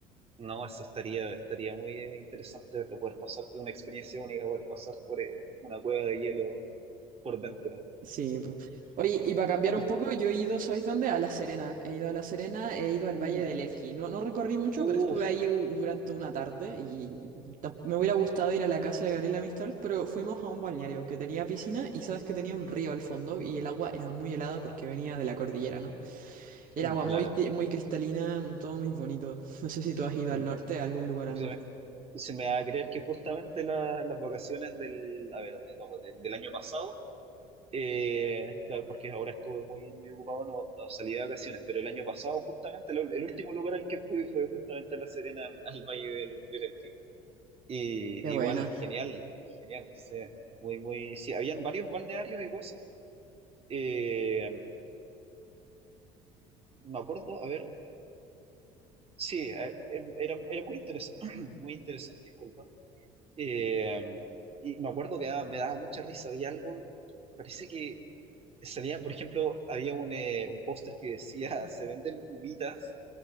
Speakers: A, on the right (about 35°); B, on the right (about 50°).
A: no, eso estaría, estaría muy interesante verlo, poder pasar por una experiencia única, poder pasar por eh, una cueva de hielo por dentro.
B: Sí, pues. Oye, y para cambiar
A: Y,
B: un poco, yo he ido, ¿sabéis dónde? A La Serena. He ido a La Serena, he ido al
A: mm,
B: Valle del Elqui. No, no recorrí mucho,
A: uf,
B: pero estuve ahí u- durante una tarde y tam- me hubiera gustado ir a la casa de Gabriela Mistral, pero fuimos a un balneario que tenía piscina y sabes que tenía un río al fondo y el agua era muy helada porque venía de la cordillera, ¿no? Era
A: mm,
B: agua
A: claro.
B: muy, cri- muy cristalina, mm, todo muy bonito. No sé si tú has ido
A: Mm,
B: al norte, a algún lugar al
A: Se
B: norte.
A: me, se me va a creer que justamente la- las vacaciones del, a ver, de- no, pues, del, del año pasado, eh, claro, porque ahora estuve muy, muy ocupado, no, no salí de vacaciones, pero el año pasado justamente lo- el último lugar al que fui fue justamente a La Serena, al, al Valle del, del Elqui. Y
B: Qué buena.
A: igual, genial, genial. sí, muy, muy, sí, habían varios balnearios y cosas. Eh, me acuerdo, a ver, sí, eh, eh, era, era muy interesante, <clears throat> muy interesante, disculpa. Eh, y me acuerdo que daba- me daba mucha risa, había algo, parece que salía, por ejemplo, había un, eh, un póster que decía, <laughs> se venden humitas,